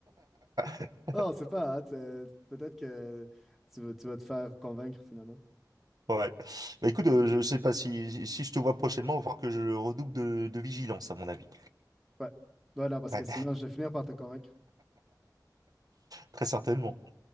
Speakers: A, on the right; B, in the centre.
A: <laughs>
B: Non, c'est pas. hein, t'es- Peut-être que tu, vas- tu vas te faire convaincre finalement.
A: Ouais. Bah écoute, euh, je sais pas si, si si je te vois prochainement, il va falloir que je redouble de, de vigilance, à mon avis.
B: Ouais. Ouais, non, parce
A: Ouais.
B: que sinon, je vais finir par te convaincre.
A: <laughs> Très certainement.